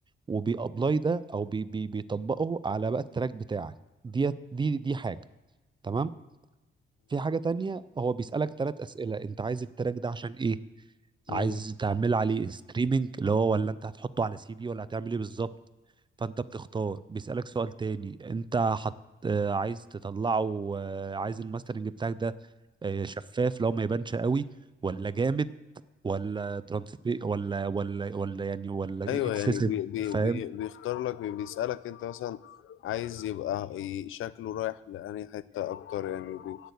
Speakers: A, on the right (about 25°); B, on the left (about 80°).
A: وبيابلاي ده او بي بي بيطبقه على بقى التراك بتاعك دي دي دي حاجه تمام في حاجه تانية هو بيسالك ثلاث اسئله انت عايز التراك ده عشان ايه
B: مم.
A: عايز تعمل عليه ستريمنج اللي هو ولا انت هتحطه على سي دي ولا هتعمل ايه بالظبط فانت بتختار بيسألك سؤال تاني انت حط آه، عايز تطلعه آه، عايز الماسترنج بتاعك ده آه، شفاف لو ما يبانش قوي ولا جامد ولا ترانسبي ولا ولا ولا يعني ولا
B: ايوه
A: اكسسيف
B: يعني بي بي
A: فاهم
B: بي بيختار لك بي- بيسألك انت مثلا عايز يبقى ي- شكله رايح لأنهي حتة اكتر يعني بي